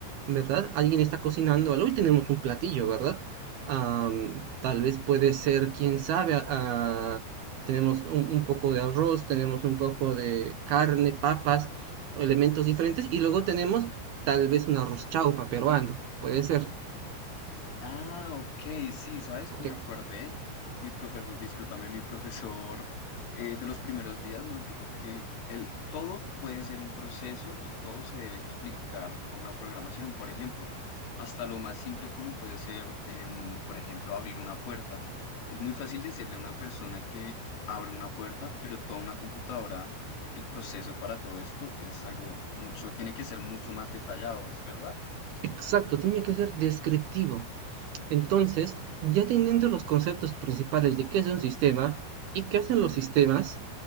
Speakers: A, on the right (about 70°); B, on the left (about 80°).
A: ¿verdad? Alguien está cocinando algo y tenemos un platillo, ¿verdad? Am, tal vez puede ser, quién sabe, ah, tenemos un, un poco de arroz, tenemos un poco de carne, papas, elementos diferentes, y luego tenemos tal vez un arroz chaufa peruano, puede ser.
B: Ah, ok, sí, ¿sabes
A: Ok,
B: que me acordé? Mi profesor, discúlpame, mi profesor eh, de los primeros días nos dijo que el, todo puede ser un proceso y todo se debe explicar con la programación, por ejemplo, hasta lo más simple como puede ser, em, por ejemplo, abrir una puerta. Es muy fácil decirle a una persona que abre una puerta, pero tú a una computadora, el proceso para todo esto es algo mucho, tiene que ser mucho más detallado, ¿es verdad?
A: exacto, tiene que ser descriptivo. Entonces, ya teniendo los conceptos principales de qué es un sistema y qué hacen los sistemas,